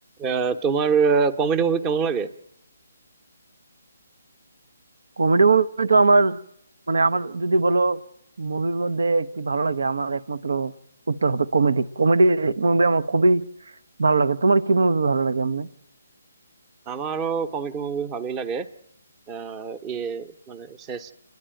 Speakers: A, on the right (about 20°); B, on the right (about 75°).
A: আহ, তোমার comedy movie কেমন লাগে
B: কমেডি মুভি তো আমার মানে আমার যদি বলো মুভির মধ্যে কি ভালো লাগে আমার একমাত্র উত্তর হবে কমেডি কমেডি মুভি আমার খুবই ভালো লাগে তোমার কি মুভি ভালো লাগে এমনি
A: আমারও কমেডি মুভি ভালোই লাগে আহ, ইয়ে মানে শেষ